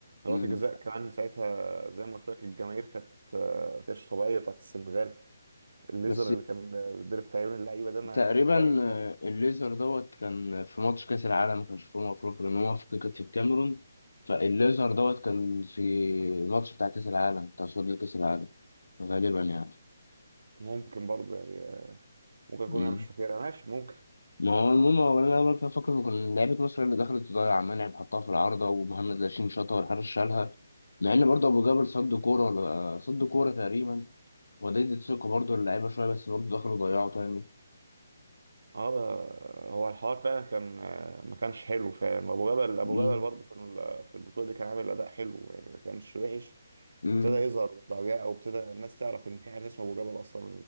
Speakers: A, on the right; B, on the left.
A: ضربات
B: مم.
A: الجزاء كمان ساعتها زي ما قلت لك الجماهير كانت آه، ما كانتش طبيعيه بتاعت السنغال الليزر
B: بس
A: اللي كان بيتضرب في عيون اللعيبه ده ما
B: تقريبا
A: فاهم انت
B: آه، الليزر دوت كان في ماتش كأس العالم كان في أمم أفريقيا لأن هو في- كانت في الكاميرون فالليزر دوت كان في ماتش بتاع كأس العالم بتاع صعود لكأس العالم غالبا يعني
A: ممكن برضه يعني آه، ممكن اكون
B: مم.
A: انا مش فاكرها ماشي ممكن
B: ما هو المهم هو أنا لما كنت فاكر إن كان لعيبة مصر اللي دخلت تضيع منعم حطها في العارضة ومهند لاشين شاطها والحارس شالها مع إن برضه أبو جابر صد كورة ولا صد كورة تقريبا وديت ثقة برضه اللعيبة شوية بس برضه دخلوا ضيعوا تاني
A: اه آه، هو الحوار فعلا كان آه، ما كانش حلو فعلا ابو جبل ابو
B: مم.
A: جبل برضه في ال- في البطوله دي كان عامل اداء حلو يعني ما كانش وحش
B: مم.
A: وابتدى يظهر بعديها او ابتدى الناس تعرف ان في حاجه اسمها ابو جبل اصلا